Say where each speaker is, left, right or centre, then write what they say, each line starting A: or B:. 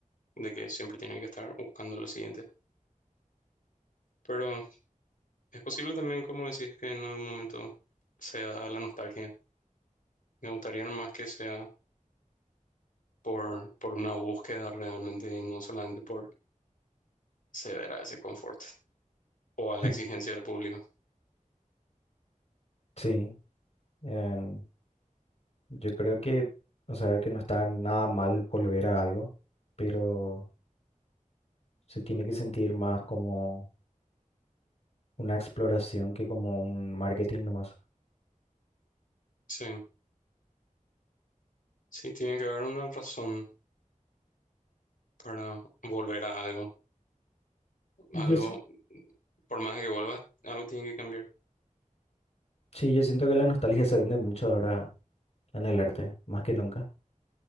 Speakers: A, on the left; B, on the left.
A: de que siempre tiene que estar buscando lo siguiente. Pero es posible también, como decís, que en algún momento se da la nostalgia. Me gustaría más que sea por, por una búsqueda realmente y no solamente por ceder a ese confort o a la
B: <laughs>
A: exigencia del público.
B: Sí, em, yo creo que, o sea, que no está nada mal volver a algo, pero se tiene que sentir más como una exploración que como un marketing nomás.
A: Sí, sí, tiene que haber una razón para volver a algo.
B: Y
A: Algo,
B: yo, s-
A: por más que vuelvas, algo tiene que cambiar.
B: Sí, yo siento que la nostalgia se vende mucho ahora en el arte, más que nunca,